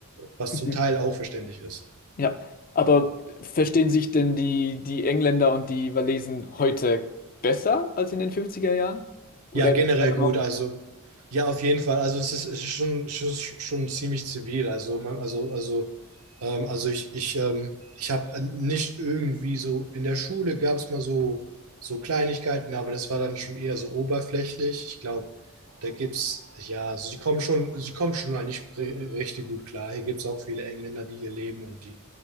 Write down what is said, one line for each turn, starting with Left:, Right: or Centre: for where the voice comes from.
Right: was
Left: <laughs>
Right: zum Teil auch verständlich ist.
Left: Ja, aber verstehen sich denn die, die Engländer und die Walesen heute besser als in den fünfziger Jahren? Oder
Right: Ja, generell
Left: gibt's da
Right: gut.
Left: noch?
Right: Also, ja, auf jeden Fall. Also, es ist, es ist schon, schon, schon ziemlich zivil. Also, man, also, also, ähm, also ich, ich, ähm, ich habe nicht irgendwie so, in der Schule gab es mal so, so Kleinigkeiten, aber das war dann schon eher so oberflächlich. Ich glaube, da gibt's, ja, also sie kommen schon, sie kommen schon mal nicht ri- richtig gut klar. Hier gibt es auch viele Engländer, die hier leben und die,